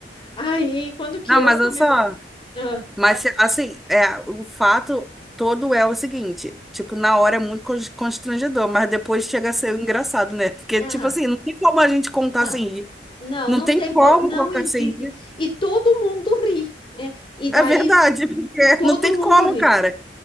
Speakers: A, on the left; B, in the centre.
A: Aí, quando que
B: Não,
A: eu
B: mas
A: comecei.
B: olha só.
A: Ah,
B: Mas assim, é, o fato todo é o seguinte, tipo, na hora é muito cons- constrangedor, mas depois chega a ser engraçado, né? Porque,
A: ah,
B: tipo assim, não tem como a gente contar
A: não,
B: sem rir.
A: não,
B: Não
A: não
B: tem
A: tem
B: como
A: como, não
B: contar
A: existe.
B: sem rir.
A: E todo mundo ri. né? e daí,
B: É verdade, <laughs> porque
A: e todo
B: não tem
A: mundo
B: como,
A: ri.
B: cara.